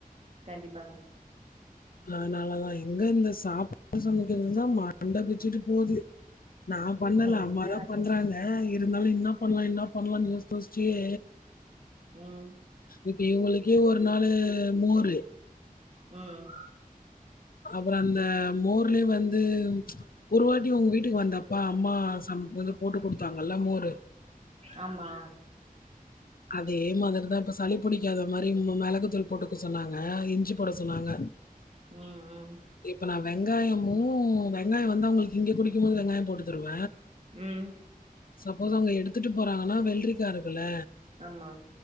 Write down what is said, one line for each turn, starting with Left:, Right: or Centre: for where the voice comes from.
Right: கண்டிப்பாங்ஸ்
Left: லானாலதான் எங்க இந்த சாப் டு சமக்கிறதுதா மண்ட பிச்சுட்டு போது நா பண்ணல
Right: உண்மையா
Left: அம்மாதா
Right: அதுதா
Left: பண்றாங்க அ இருந்தாலு இன்னாப்பண்லா இன்னாப்பண்லான் யோஸ் யோஸ்ச்சியே
Right: ம்
Left: இப் இவுங்களுக்கே ஒரு நாலு மோரு
Right: ம்
Left: அப்ற அந்த மோர்லே வந்து உம் ஒரு வாட்டி உங் வீட்டுக்கு வந்தப்பா அம்மா சம் ஒது போட்டு கொடுத்தாங்கல்ல மோரு
Right: ஆமா
Left: அதே மாதிரிதா இப்ப சளி புடிக்காத மாரி மும்மு மெளகு தூள் போட்டுக்கு சொன்னாங்க இஞ்சி போட சொன்னாங்க
Right: ம் ம்
Left: இப்ப நா வெங்காயமு வெங்காய் வந்து அவங்கள்க்கு இங்க குடிக்கும்போது வெங்காயம் போடு த்ருவ
Right: ம்
Left: சப்போஸ் அவங்க எடுத்துட்டு போறாங்கன்னா வெள்ரிக்கா இருக்குள்ள
Right: அம்மா